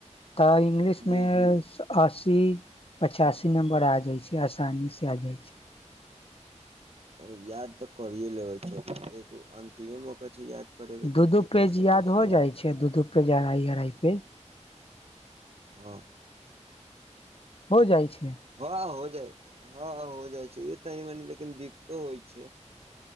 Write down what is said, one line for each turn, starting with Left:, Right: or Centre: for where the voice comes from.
Left: तऽ इंगलिश मे
Right: जी जी
Left: अस्सी पचासी नमबे आ जाइ छै आसानी से आ जाइ छै
Right: त याद तऽ करीए लेबै छै एगो अन्तिमे मौका छै याद करे के तऽ
Left: दू
Right: की
Left: दू पेज
Right: कर सकै
Left: याद
Right: छी
Left: हो जाइ छै दू दू पेज अढ़ाई अढ़ाई पेज
Right: हँ
Left: हो जाइ छै
Right: हँ हो जाइ हँ हँ हो जाइ छै ई तनी मनि लेकिन दिक्कतो होइ छै